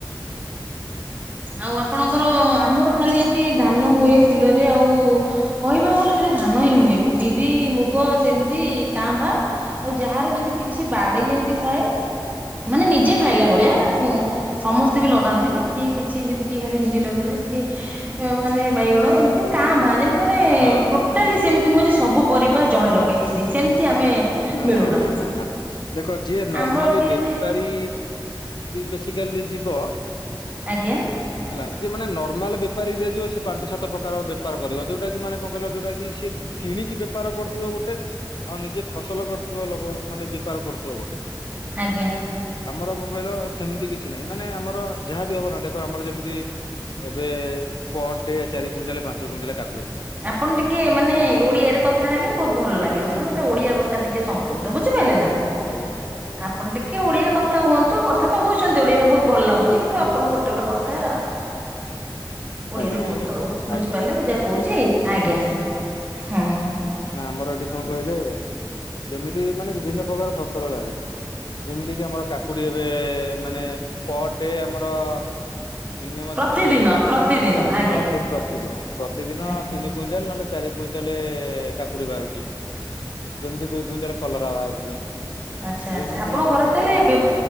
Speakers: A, on the right (about 20°); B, on the left (about 60°).
A: ଆଉ ଆପଣ ଆମର ଆମର ଖାଲି ଏଠି ଧାନ ହୁଏ ବିଲରେ। ଆଉ କହିବାକୁ ଗଲେ ଖାଲି ଧାନ ହିଁ ହୁଁଏ। ବିରି ମୁଗ ସେମିତି କାଁ ଭାଁ। ଆଉ ଯାହାର ଯଦି କିଛି ବାଡି ଯେମିତି ଥାଏ। ମାନେ ନିଜେ
B: ହୁଁ
A: ଖାଇଲା ଭଳିଆ। ସମସ୍ତେ ବି ଲଗାନ୍ତିନି। କିଏ କିଛି ଯଦି କିଏ ଖାଲି ଭେଣ୍ଡି ଲଗେଇଲା। କିଏ ମାନେ ବାଇଗଣ ଏ ତି କାଁ ଭାଁ ଯେମତି ମାନେ
B: ହଁ
A: ଟୋଟାଲି
B: ହଁ
A: ସେମିତି ନୁହେଁ ଯେ ସବୁ ପରିବାର ଜଣେ ଲଗେଇଥିବେ। ସେମିତି ଆମେ ମିଳୁନା
B: ନା ନା ନା ନା। ଦେଖ ଯିଏ ନର୍ମାଲି
A: ଆମର ଟିକେ
B: ବେପାରୀ ବେଶିକାଲି ଯିବ।
A: ଆଜ୍ଞା।
B: ହେଲା ଯିଏ ମାନେ ନର୍ମାଲ ବେପାରୀ ରେ ଯିବ। ସେ ପାଞ୍ଚ ସାତ ପ୍ରକାର ବେପାର କରିବ। ଯୋଉଟା କି ମାନେ କଣ କହିଲ ଯୋଉଟା କି ସିଏ କିଣିକି ବେପାର କରୁଥିବ ଗୋଟେ। ଆଉ ନିଜେ ଫସଲ କରିଥିବ ଲୋକ ମାନେ ବେପାର କରୁଥିବ ଗୋଟେ।
A: ଆଜ୍ଞା।
B: ଆମର କଣ କହିଲ ସେମିତି କିଛି ନାହିଁ। ମାନେ ଆମର ଯାହାବି ହବ ନା ଦେଖ ଆମର ଯେମ୍ ଏବେ ପର୍ ଡେ ଚାରି କୁଇଣ୍ଟାଲ ପାଞ୍ଚ କୁଇଣ୍ଟାଲ କା
A: ଆପ୍ ଆପଣ ଟିକେ ମାନେ ଓଡିଆରେ କଥା ହେଲେ ବହୁତ ଭଲ ଲାଗିବ। କାରଣ ଓଡିଆ କଥା ଟିକେ ସମ୍ପୃକ୍ତ ବୁଝିପାରିଲେ ନା।
B: ଆଜ୍ଞା ଆଜ୍ଞା ଆଜ୍ଞା।
A: ଆପଣ ଟିକେ ଓଡିଆ କଥା କଥା ହୁଅନ୍ତୁ। କଥା ତ ହଉଛନ୍ତି ଓଡିଆରେ ବହୁତ ଭଲ ଲାଗୁଛି। କିନ୍ତୁ ଆପଣ ଗୋଟେ ଗୋଟେ କଥା
B: <inaudible>
A: ଓଡିଆରେ ହୁଅନ୍ତୁ
B: ଆଜ୍ଞା
A: ଆଉ। ବୁଝିପାରିଲେ
B: ଆଜ୍ଞା
A: ମୁଁ ଯାହା କହୁଛି।
B: ଆଜ୍ଞା
A: ଆଜ୍ଞା ହୁଁ।
B: ନା ଆମର ଏଠି କଣ କହିଲେ ଯେମିତି ମାନେ ବିଭିନ୍ନ ପ୍ରକାର ଫସଲ ଲାଗେ। ଯେମିତି କିି ଆମର କାକୁଡି ଏବେ ମାନେ ପର୍ ଡେ ଆମର ମିନିମମ
A: ପ୍ରତିଦିନ
B: ତିନି କୁଇଁ
A: ପ୍ରତିଦିନ ଆଜ୍ଞା
B: ହଁ ସେ ପ୍ରତିଦିନ। ପ୍ରତିଦିନ
A: ଆଜ୍ଞା
B: ତିନି କୁଇଣ୍ଟାଲ ନହେଲେ ଚାରି କୁଇଣ୍ଟାଲେ କାକୁଡି ବାହାରୁଛି। ଯେମିତି ଦି କୁଇଣ୍ଟାଲ କଲରା ବାହାରୁଛି।
A: ଆଚ୍ଛା
B: ଯେମିତି
A: ଆଚ୍ଛା ଆପଣ ଘରେ
B: ମାନେ
A: ତାହେଲେ
B: ଚାଳିଶ